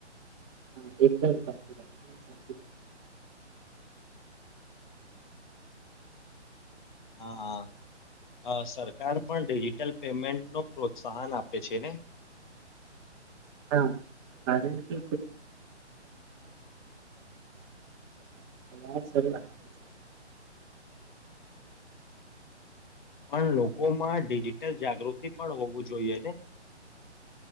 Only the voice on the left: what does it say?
હા હા સરકાર પણ ડિજિટલ પેમેન્ટનું પ્રોત્સાહન આપે છે, ને
પણ લોકોમાં ડિજિટલ જાગૃતિ પણ હોવું જોઈએ, ને